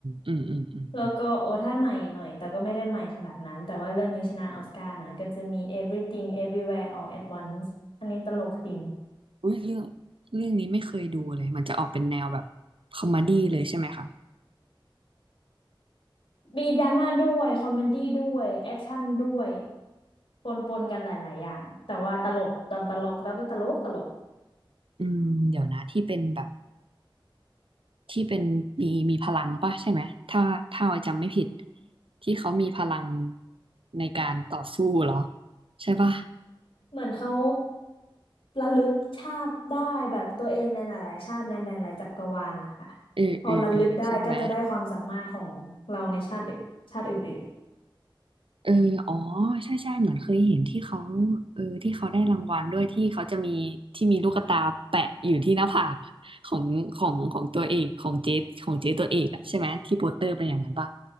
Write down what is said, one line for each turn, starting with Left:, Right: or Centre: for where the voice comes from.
Right: อืมอืมอืมอืม
Left: แล้วก็โอ้ถ้าใหม่หน่อยแต่ก็ไม่ได้ใหม่ขนาดนั้นแต่ว่าเรื่องนี้ชนะออสการ์นะก็จะมี Everything Everywhere All at Once อันนี้ตลกจริง
Right: อุ้ยเรื่องเรื่องนี้ไม่เคยดูเลยมันจะออกเป็นแนวแบบคอมเมดี้เลยใช่ไหมคะ
Left: มีดราม่าด้วยคอมเมดี้ด้วยแอคชั่นด้วยปนปนกันหลายๆอย่างแต่ว่าตลกตอนตลกเราก็ตลกตลก
Right: อืมเดี๋ยวนะที่เป็นแบบที่เป็นมีมีพลังป่ะใช่ไหมถ้าถ้าออยจำไม่ผิดที่เขามีพลังในการต่อสู้เหรอใช่ป่ะ
Left: เหมือนเขาระลึกชาติได้แบบตัวเองในหลายๆชาติในหลายๆจักรวาลนะคะ
Right: เออเออเออใช่ไหม
Left: พอระลึกได้ก็จะได้ความสามารถของเราในชาติอื่นชาติอื่น
Right: เอออ๋อใช่ใช่เหมือนเคยเห็นที่เขาเออที่เขาได้รางวัลด้วยที่เขาจะมีที่มีลูกตาแปะอยู่ที่หน้าผากของของของตัวเอกของเจ๊ของเจ๊ตัวเอกอะใช่ไหมที่โปสเตอร์เป็นอย่างนั้นป่ะ